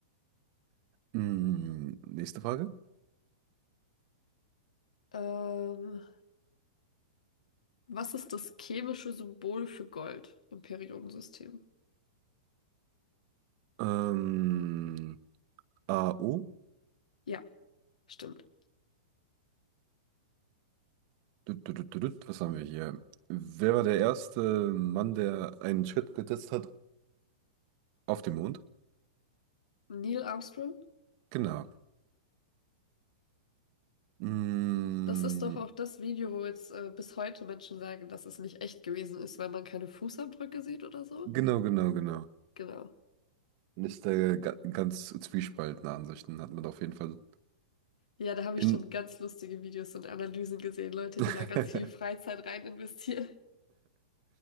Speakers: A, on the right; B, on the left.
A: Hm, nächste Frage.
B: Ähm, was ist das chemische Symbol für Gold im Periodensystem?
A: Ähm, A U.
B: Ja, stimmt.
A: Tut, tut, tut, tut, tut. Was haben wir hier? Wer war der erste Mann, der einen Schritt gesetzt hat auf dem Mond?
B: Neil Armstrong?
A: Genau. Mm,
B: Das ist doch auch das Video, wo jetzt äh, bis heute Menschen sagen, dass es nicht echt gewesen ist, weil man keine Fußabdrücke sieht oder so.
A: genau, genau, genau.
B: Genau.
A: Und ist da ga ganz zwiespaltene Ansichten hat man da auf jeden Fall.
B: Ja, da habe
A: In,
B: ich schon ganz lustige Videos und Analysen gesehen, Leute, die
A: <laughs>
B: da ganz viel Freizeit rein investieren.